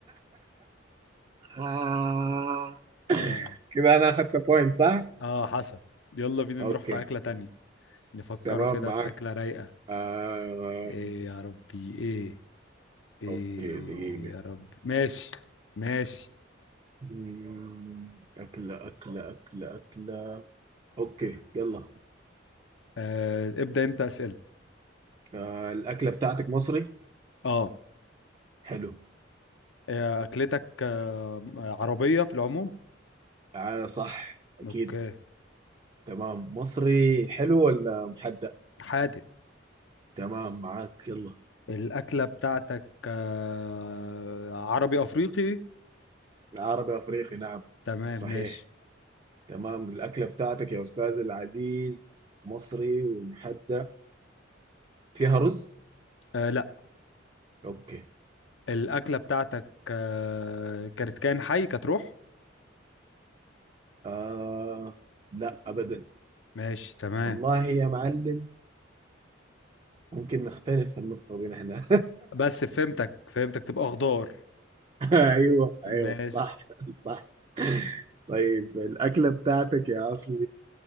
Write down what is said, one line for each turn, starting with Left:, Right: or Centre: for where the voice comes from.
Right: آه.
Left: اه
Right: كده انا اخدت بوينت صح؟
Left: اه حصل يلا بينا
Right: اوكي
Left: نروح في أكلة تانية نفكروا
Right: تمام
Left: كده
Right: معاك
Left: في أكلة رايقة
Right: آه.
Left: ايه يا ربي ايه ايه
Right: اوكي دقيقة
Left: يا ربي ماشي ماشي
Right: مم، أكلة أكلة أكلة أكلة أوكي يلا
Left: آه ابدأ انت أسئلة
Right: آه الأكلة بتاعتك مصري
Left: اه
Right: حلو
Left: آه، أكلتك آه عربية في العموم
Right: آه صح أكيد
Left: اوكي
Right: تمام مصري حلو ولا محدق
Left: حادق
Right: تمام معاك يلا
Left: الأكلة بتاعتك آه عربي أفريقي
Right: العربي افريقي نعم
Left: تمام
Right: صحيح
Left: ماشي
Right: تمام الاكله بتاعتك يا استاذ العزيز مصري ومحدق فيها رز
Left: آه لا
Right: اوكي
Left: الأكلة بتاعتك آه، كانت كائن حي كانت روح
Right: آه لا ابدا
Left: ماشي تمام
Right: والله يا معلم ممكن نختلف في النقطه دي نحن <laughs>
Left: بس فهمتك فهمتك تبقى خضار
Right: ايوه ايوه
Left: ماشي
Right: صح صح طيب الاكله بتاعتك يا اصلي